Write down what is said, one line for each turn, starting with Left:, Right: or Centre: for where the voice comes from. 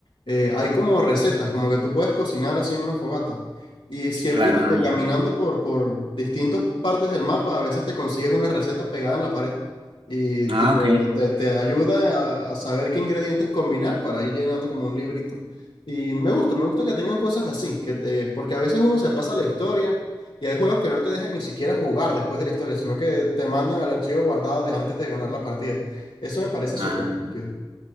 Left: eh, hay como recetas, como que tú puedes cocinar así en una fogata. Y siempre,
Right: claro,
Left: tipo,
Right: ah, ya.
Left: caminando por, por distintas partes del mapa, a veces te consigues una receta pegada en la pared. Y
Right: Ah,
Left: tipo,
Right: ok.
Left: te, te ayuda a, a saber qué ingredientes combinar para ir llenando como un librito. Y me gusta, me gusta que tengan cosas así, que te, porque a veces uno se pasa la historia y hay juegos que no te dejan ni siquiera jugar después de la historia, sino que te mandan al archivo guardado de antes de ganar la partida. Eso me parece súper
Right: Ah.
Left: útil.